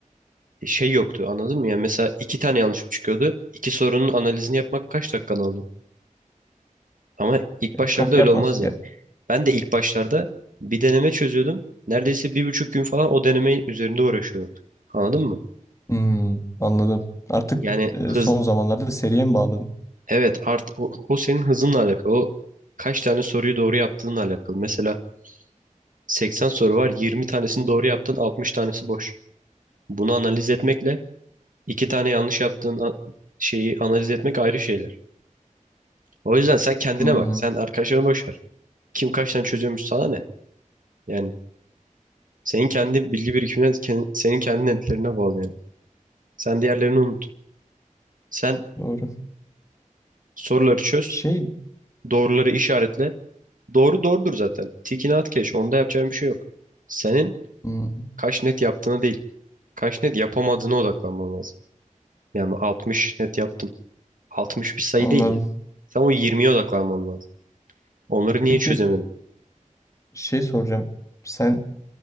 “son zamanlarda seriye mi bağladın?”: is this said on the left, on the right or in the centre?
Left